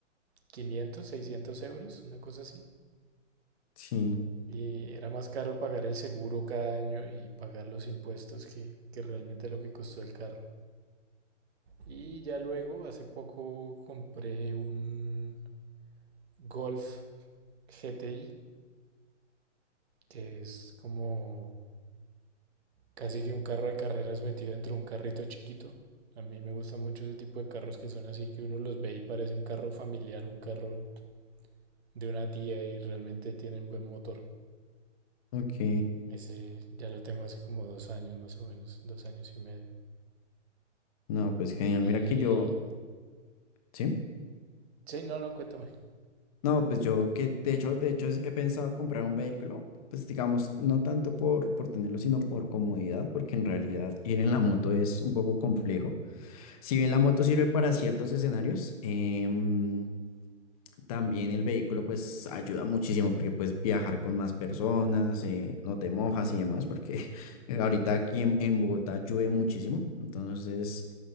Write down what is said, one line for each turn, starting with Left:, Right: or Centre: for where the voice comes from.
Right: 500 600 euros, una cosa así.
Left: sí.
Right: Y era más caro pagar el seguro cada año y pagar los impuestos que, que realmente lo que costó el carro. Y ya luego, hace poco, compré un Golf GTI, que es como casi que un carro de carreras metido dentro de un carrito chiquito. A mí me gusta mucho ese tipo de carros que son así, que uno los ve y parece un carro familiar, un carro de una tía y realmente tienen buen motor.
Left: Ok.
Right: Ese ya lo tengo hace como dos años más o menos, dos años y medio.
Left: No, pues genial.
Right: Y
Left: Mira que yo... Sí.
Right: Sí, no, no, cuéntame.
Left: No, pues yo que de hecho, de hecho es- he pensado comprar un vehículo. Pues digamos, no tanto por, por tenerlo, sino por comodidad, porque en realidad ir en la moto es un poco complejo. Si bien la moto sirve para ciertos escenarios, em, También el vehículo pues ayuda muchísimo porque puedes viajar con más personas, eh, no te mojas y demás, porque <laughs> eh, ahorita aquí en, en Bogotá llueve muchísimo, entonces